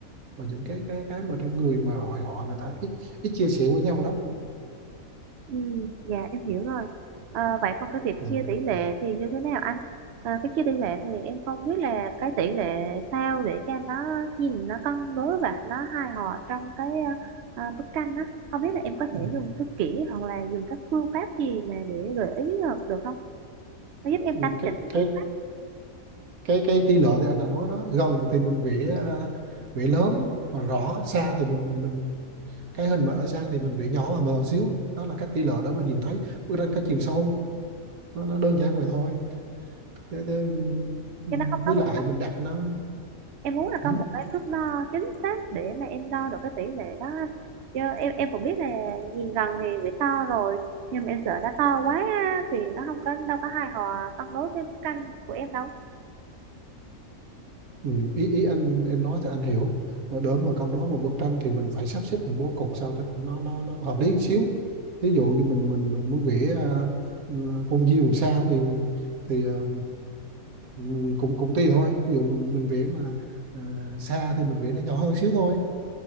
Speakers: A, on the right; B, on the right.
A: và những cái cái cái mà trong người mà hội họ người ta ít ít chia sẻ với nhau lắm
B: Ừ, dạ em hiểu rồi. Ờ, vậy còn cái việc
A: ừ.
B: chia tỷ lệ thì như thế nào anh? Ờ, cái chia tỷ lệ này em không biết là cái tỷ lệ sao để cho nó nhìn nó cân đối và nó hài hòa trong cái ờ, ờ, bức tranh á. Không biết là em có
A: Ừ.
B: thể dùng thước kỷ hoặc là dùng các phương pháp gì mà để gợi ý được, được không? Nó giúp em
A: Ừ,
B: căn
A: cái
B: chỉnh
A: cái
B: chứ
A: cái cái tỷ lệ thì anh đã nói đó gần thì mình vẽ à, vẽ lớn và rõ xa thì mình mình cái hình mà ở xa thì mình vẽ nhỏ và mờ xíu đó là cái tỷ lệ đó mình nhìn thấy bức tranh cái chiều sâu nó nó đơn giản vậy thôi thế, thế, ừ, ừ,
B: chứ nó không
A: với
B: có một
A: lại mình đặt nó
B: em muốn là
A: ừ.
B: có một cái thước đo chính xác để mà em đo được cái tỷ lệ đó anh. chứ em em cũng biết là nhìn gần thì bị to rồi nhưng mà em sợ nó to quá á, thì nó không có đâu có hài hòa cân đối với canh của em đâu
A: Ừ, ý ý anh em nói thì anh hiểu mà đỡ mà con nói một bức tranh thì mình phải sắp xếp những bố cục sao cho nó nó nó hợp lý xíu ví dụ như mình mình mình muốn vẽ à, ừ, con diều xa thì thì à, ừ, cũng cũng tùy thôi ví dụ mình mình vẽ mà à, xa thì mình vẽ nó nhỏ hơn xíu thôi